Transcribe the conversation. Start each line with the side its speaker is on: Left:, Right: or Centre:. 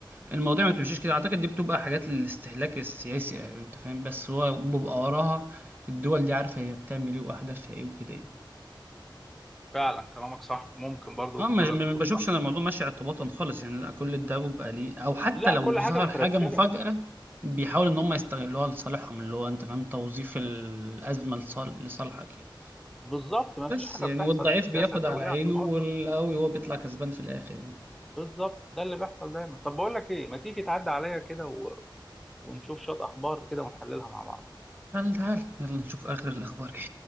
Right: المواضيع ما بتمشيش كده اعتقد دي بتبقى حاجات للاستهلاك السياسي يعني انت فاهم بس هو بيبقى وراها الدول دي عارفه هي بتعمل ايه واهدافها ايه وكده يعني
Centre: فعلا كلامك صح ممكن برضو
Right: اه
Centre: وجهة
Right: مش-
Centre: نظرك
Right: ما
Centre: تكون
Right: بشوفش
Centre: صح
Right: انا الموضوع ماشي اعتباطا خالص يعني لا، كل ده بيبقى ليه او حتى
Centre: لا
Right: لو
Centre: كل
Right: ظهر
Centre: حاجة مترتبة
Right: حاجه مفاجاه بيحاول ان هم يستغلوها لصالحهم اللي هو انت فاهم توظيف الازمه لصال- لصالحك يعني
Centre: بالظبط ما
Right: بس
Centre: فيش حاجة
Right: يعني
Centre: بتحصل
Right: والضعيف
Centre: في السياسة
Right: بياخد
Centre: الدولية
Right: على عينه
Centre: اعتباطا
Right: والقوي هو بيطلع كسبان في الاخر يعني
Centre: بالظبط ده اللي بيحصل دايما طب بقول لك ايه ما تيجي تعدي عليا كده و... ونشوف شوية اخبار كده ونحللها مع بعض
Right: تعال تعال يلا نشوف اخر الاخبار كده